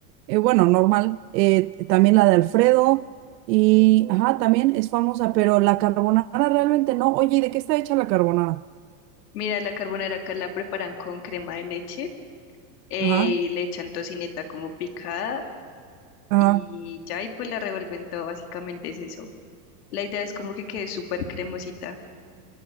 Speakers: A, on the right (about 85°); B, on the left (about 70°).
A: eh, bueno, normal, eh, también la de Alfredo y, ajá, también es famosa, pero la carbonara realmente no. Oye, ¿y de qué está hecha la carbonara?
B: Mira, la carbonara acá la preparan con crema de leche, eh,
A: Ajá,
B: le echan tocineta como picada
A: ajá.
B: y ya, y pues la revuelven todo, básicamente es eso. La idea es como que quede súper cremosita.